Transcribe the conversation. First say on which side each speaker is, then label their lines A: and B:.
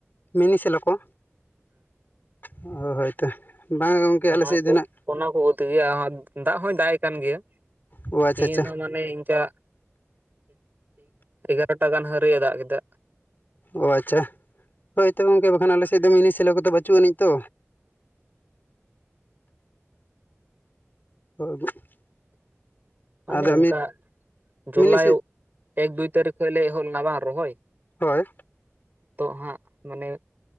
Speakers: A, on the left; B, on the right.
A: ᱢᱤᱱᱤ ᱥᱮᱞᱚ ᱠᱚ? ᱚ ᱦᱳᱭᱛᱚ ᱵᱟᱝᱟ ᱜᱚᱝᱠᱮ
B: ᱚᱱᱟ
A: ᱟᱞᱮ ᱥᱮᱫ
B: ᱠᱚ
A: ᱫᱚ ᱱᱟᱜ
B: ᱚᱱᱟ ᱠᱚ ᱛᱮᱜᱮ ᱟᱨ ᱫᱟᱜ ᱦᱚᱭ ᱫᱟᱜ ᱮᱫ ᱠᱟᱱ ᱜᱮᱭᱟ
A: ᱚ ᱟᱪᱪᱷᱟ
B: ᱛᱮᱦᱤᱧ
A: ᱟᱪᱪᱷᱟ
B: ᱦᱚᱸ ᱢᱟᱱᱮ ᱢᱟᱱᱮ ᱤᱱᱠᱟ ᱮᱜᱟᱨᱚᱴᱟ ᱜᱟᱱ ᱦᱟᱹᱨᱤᱡ ᱮ ᱫᱟᱜ ᱠᱮᱫᱟ
A: ᱚ ᱟᱪᱪᱷᱟ ᱦᱳᱭ ᱛᱚ ᱜᱚᱝᱠᱮ ᱵᱟᱠᱷᱟᱱ ᱟᱞᱮᱥᱮᱫ ᱫᱚ ᱢᱤᱱᱤ ᱥᱮᱞᱳ ᱠᱚᱫᱚ ᱵᱟᱪᱩᱜ ᱟᱹᱱᱤᱡ ᱛᱚ <unintelligible>
B: ᱢᱟᱱᱮ
A: ᱟᱫᱚ
B: ᱚᱱᱠᱟ ᱡᱚᱞᱟᱭᱚᱜ
A: ᱢᱤᱱᱤ ᱥᱮ
B: ᱮᱠ ᱫᱩᱭ ᱛᱟᱹᱨᱤᱠᱷ ᱠᱷᱚᱡ ᱞᱮ ᱮᱦᱚᱵ ᱞᱮᱱᱟ ᱵᱟᱝ ᱨᱚᱦᱚᱭ
A: ᱦᱳᱭ
B: ᱛᱚᱜ ᱦᱟᱸᱜ ᱢᱟᱱᱮ